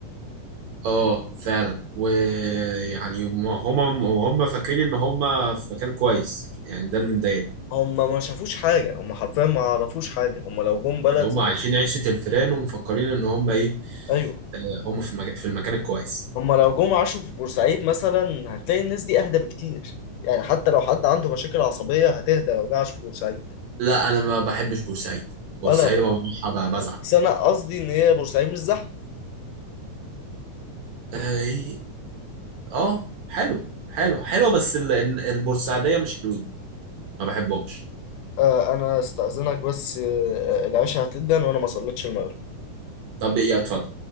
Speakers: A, on the right; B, on the left.
A: آه فعلا ويعني هم هم فاكرين إن هم في مكان كويس يعني ده اللي مضايقني
B: هما ما شافوش حاجة هما حرفيا ما يعرفوش حاجة هما لو جم بلد
A: يعني هم
B: زي
A: عايشين عيشة الفيران ومفكرين إن هم إيه
B: أيوه
A: آه، هم في المكان في المكان الكويس
B: هما لو جم عاشوا في بورسعيد مثلا هتلاقي الناس دي أهدى بكتير يعني حتى لو حد عنده مشاكل عصبية هتهدى لو جه عاش في بورسعيد
A: لا أنا ما بحبش بورسعيد بورسعيد
B: ولا
A: ما بروحها ب- بزعل
B: بس انا قصدي ان هي بورسعيد مش زحمه
A: آه، اه حلو حلو حلو بس ال- البورسعيدية مش حلوين ما بحبهمش
B: آه، انا استاذنك بس آه، العشاء هتدن وانا ما صليتش المغرب
A: طب يا اتفضل